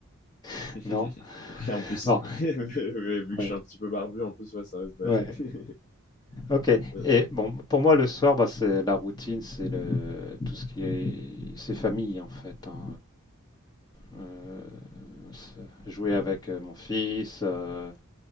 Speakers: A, on the left; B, on the left.
A: <laughs>
B: <laughs>
A: non?
B: Ouais, en plus,
A: Bon,
B: <laughs> Mais- mais vu que je
A: ouais,
B: suis un petit peu barbu, en plus, ouais, ça reste. de-
A: ouais, OK
B: <laughs> Ouais.
A: et bon, pour moi, le soir, bah, c'est la routine, c'est le tout ce qui est c'est famille, en fait, hein, heu c'est jouer avec, heu, mon fils, heu